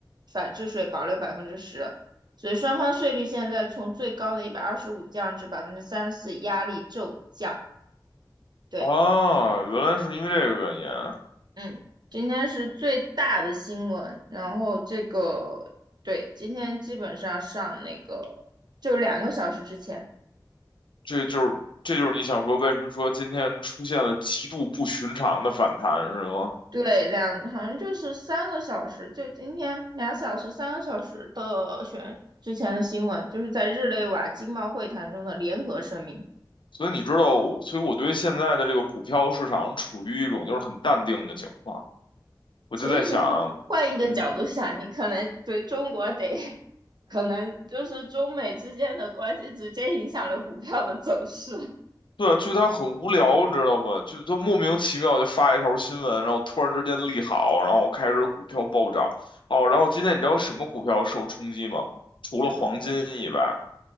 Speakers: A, on the right; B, on the left.
A: 反制税，保留百分之十。所以双方税率现在从最高的一百二十五降至百分之三十四，压力骤降。对，
B: 啊，原来是因为这个原因啊，
A: 嗯，今天是最大的新闻，然后这个对，今天基本上上那个就两个小时之前，
B: 这就是这就是你想说为什么说今天出现了极度不寻常的反弹是吗？
A: 对，两好像就是三个小时，就今天两小时三个小时的选之前的新闻，就是在日内瓦经贸会谈中的联合声明。
B: 所以你知道我所以我对现在的这个股票市场处于一种就是很淡定的情况，我就在想，
A: 其实你换换一个角度想，
B: 嗯哼
A: 你可能对中国得，<laughs> 可能就是中美之间的关系直接影响了股票的走势。
B: 对，就他很无聊，你知道吗？就他莫名其妙就发一条新闻，然后突然之间利好，然后开始股票暴涨。哦，然后今天你知道什么股票受冲击吗？
A: <laughs>
B: 除了黄金以外，
A: 什么股票？